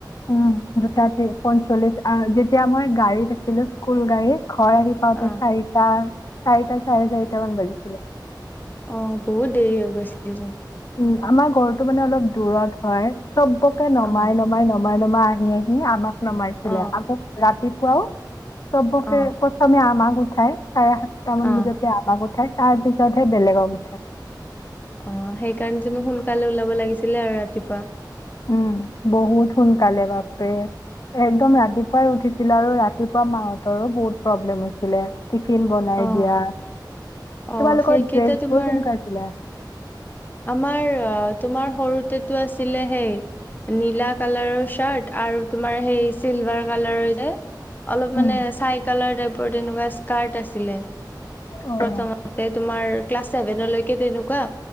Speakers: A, on the left; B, on the left.
A: উম দুটা তে পঞ্চল্লিশ আ যেতিয়া মই গাড়ীত আছিলো স্কুল গাড়ীত ঘৰ আহি পাওতে
B: অ
A: চাৰিটা চাৰিটা চাৰে চাৰিটা মান বাজিছিলে
B: অ বহুত দেৰি হৈ গৈছিল যে
A: উম আমাৰ ঘৰটো মানে অলপ দূৰত হয় চবকে নমাই
B: অ
A: নমাই নমাই মাই আহি আহি আমাক নমাইছিলে
B: অ
A: আকৌ ৰাতি কোৱাও চবকে
B: অ
A: পথমে আমাৰ ঘ ঠাই চাৰে সাতটা মান
B: অ
A: বজাতে আমাক উঠাই তাৰপিছত সেই বেলেগক উঠাই
B: অ সেইকাৰণে তুমি সোনকালে ওলাব লাগিছিলে আৰু ৰাতিপুৱা
A: উম বহুত সোনকালে বাপৰে একদম ৰাতিপুৱাই উঠিছ আৰু ৰাতিপুৱা মাহঁতৰো বহুত প্ৰব্লেম হৈছিলে টিফিন বনাই
B: অ
A: দিয়া
B: অ
A: তোমালোকৰ
B: সেইকেইটা
A: ড্ৰেছ
B: তোমাৰ
A: বোৰ কেনেকুৱা আছিলে
B: আমাৰ তোমাৰ সৰুতেটো আছিলে সেই নীলা কালাৰৰ চাৰ্ট আৰু তোমাৰ সেই চিলভাৰ কালাৰৰ যে অলপ
A: উম।
B: মানে চাই কালাৰ টাইপ তেনেকুৱা স্কাৰ্ট আছিলে
A: অ',
B: প্ৰথমতে তোমাৰ ক্লাছ চছেভেনলৈকে তেনেকুৱা